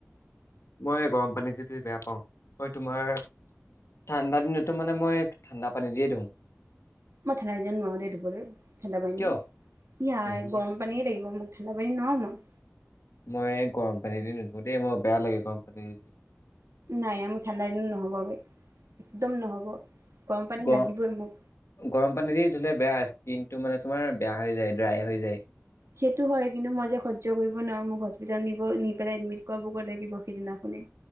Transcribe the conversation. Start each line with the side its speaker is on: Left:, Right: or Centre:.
Left: মই গৰম পানী দি ধুই বেয়া পাওঁ। মই তোমাৰ ঠাণ্ডা দিনতো মানে মই ঠাণ্ডা পানী দিয়ে ধু।
Right: মই ঠাণ্ডা দিনত নোৱাৰো দেই ধুবলৈ, ঠাণ্ডা পানী
Left: কিয়
Right: দি ইয়াই
Left: এই
Right: গৰম পানীয়ে লাকিব মোক। ঠাণ্ডা পানী নোৱাৰোঁ মই
Left: মই গৰম পানী দি নুধো দেই মই বেয়া লাগে গৰম পানী দি।
Right: নাই নাই মোৰ ঠাণ্ডা দিনো নহ'ব বেই একদম নহ'ব গৰম পানী
Left: গ
Right: লাগিবই মোক
Left: গৰম পানী দি ধুলে বেয়া স্কিনটো মানে তোমাৰ বেয়া হৈ যায় ড্ৰাই হৈ যায়
Right: সেইটো হয় কিন্তু মই যে সহ্য কৰিব নোৱাৰো মোক হস্পিতেল নিব নি পেলাই এডমিট কৰা লাগিব সেইদিনাখনি